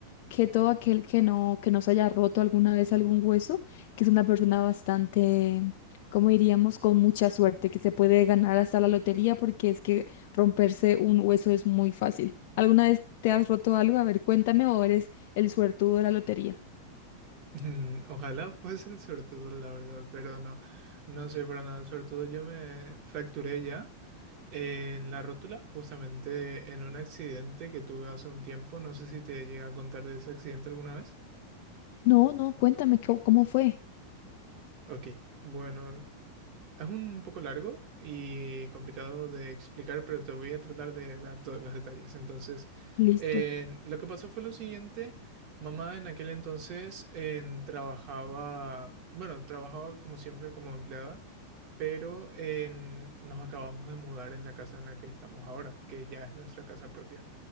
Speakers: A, on the left; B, on the right.
A: que todo aquel que no, que no se haya roto alguna vez algún hueso, que es una persona bastante, como diríamos, con mucha suerte, que se puede ganar hasta la lotería porque es que romperse un hueso es muy fácil. ¿Alguna vez te has roto algo? A ver, cuéntame o eres el suertudo de la lotería.
B: Mm, Ojalá fuese el suertudo, la verdad, pero no, no soy para nada el suertudo. Yo me fracturé ya eh, en la rótula, justamente en un accidente que tuve hace un tiempo. No sé si te llegué a contar de ese accidente alguna vez.
A: No, no, cuéntame cómo, cómo fue.
B: Ok, bueno. Es un poco largo y complicado de explicar, pero te voy a tratar de dar todos los detalles. Entonces,
A: Listo.
B: eh, lo que pasó fue lo siguiente. Mamá en aquel entonces eh, trabajaba, bueno, trabajaba como siempre como empleada, pero eh, nos acabamos de mudar en la casa en la que estamos ahora, que ya es nuestra casa propia.